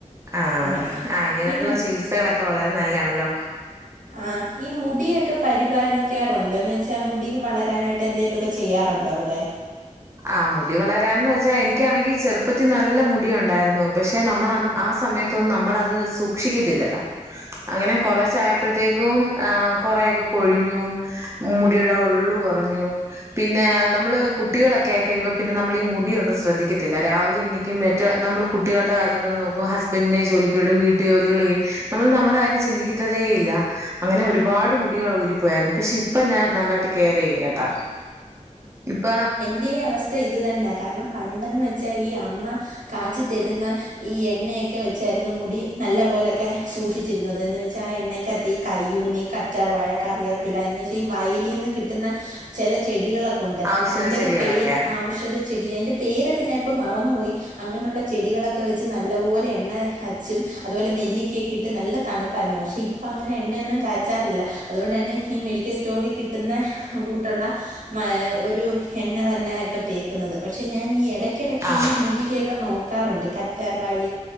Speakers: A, on the right; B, on the right.
A: ആഹ്
B: അങ്ങനെ
A: ആഹ് ഇങ്ങനെയുള്ള
B: ഈ
A: ചികിത്സകളൊക്കെ വളരെ നല്ലതാണല്ലോ
B: ആഹ് ഈ മുടിയൊക്കെ പരിപാലിക്കാറുണ്ടോന്ന് വെച്ചാൽ മുടി വളരാനായിട്ട് എന്തെങ്കലുമൊക്കെ ചെയ്യാറുണ്ടോ അവിടെ
A: ആ മുടി വളരാണെന്ന് വെച്ചാൽ എനിക്കാണെങ്കിൽ ചെറുപ്പത്തി നല്ല മുടി ഉണ്ടായിരുന്നു പക്ഷെ നമ്മൾ ആ സമയത്തൊന്നും നമ്മളത് സൂക്ഷിക്കത്തില്ലല്ലോ
B: <inaudible>
A: അങ്ങനെ കൊറേശെ അപ്പോഴത്തേക്കും ആഹ് കൊറേയൊക്കെ കൊഴിഞ്ഞു മുടിയുടെ ഉള്ള് കുറഞ്ഞു പിന്നെ ന്നമ്മള് കു ഒക്കെ ആയിക്കഴിയുമ്പോ പിന്നെ നമ്മൾ ഈ മുടി ഒന്നും ശ്രദ്ധിക്കത്തില്ല രാവിലെ എണിക്കും മറ്റ നമ്മൾ കുട്ടികളുടെ കാര്യങ്ങൾ നോക്കും ഹസ് പിന്നെ ജോലിക്കടും വീട്ടു ജോലികളെയും നമ്മൾ നമ്മടെ കാര്യം ചിന്തിക്കതേ ഇല്ല അങ്ങനെ ഒരുപാട് മുടികൾ ഊരിപ്പോയായിരുന്നു പക്ഷെ ഇപ്പ ഞാൻ നല്ലായിട്ട് കെയർയ്യും കേട്ടോ ഇപ്പ
B: എന്റെയും അവസ്ഥ ഇത് തന്നാ കാരണം പണ്ടെന്ന് വെച്ചാ ഈ അമ്മ കാച്ചി തരുന്ന ഈ എണ്ണയൊക്കെ വെച്ചായിരുന്നു മുടി നല്ല പൊലെക്കെ സൂക്ഷിച്ചിരുന്നത് എന്ന് വെച്ചാ ആ എണ്ണ കയ്യൂനീ, കറ്റാർ വഴ, കറിയപ്പില എന്ന് ചെയ്യ വയലിൽന്ന് കിട്ട്ന്ന ചെല ചെടികളൊക്കെ ഉണ്ട്
A: ഔഷധ
B: അതിന്റെക്കെ
A: ചെടികളൊക്കെ
B: പേര് ആഔഷധ ചെടി അയ്ൻ്റെ പേരൊക്കെ ഞാനിപ്പോ മറന്നുപോയി അങ്ങനെള്ള ചെടികളൊക്കെ വെച്ച് നല്ലപോലെ എണ്ണ അച്ചും അതുപോലെ നെല്ലിക്കൊക്കെ ഇട്ട് നല്ല തണുപ്പായിരുന്നു പക്ഷെ ഇപ്പ അങ്ങനെ എണ്ണയൊന്നും കാച്ചാറില്ല അതൊണ്ടന്നെ ഈ മെഡിക്കൽ സ്റ്റോറിൽ കിട്ടുന്ന കൂട്ടുള്ള മ ഒരു എണ്ണ തന്നെ ഇപ്പൊ തേക്കുന്നത് പക്ഷെ ഞാൻ ഈ എട ക്കിടക്ക്
A: ആഹ്
B: ഈ മുടികയൊക്കെ നോക്കാറുണ്ട് കറ്റാർ വാഴ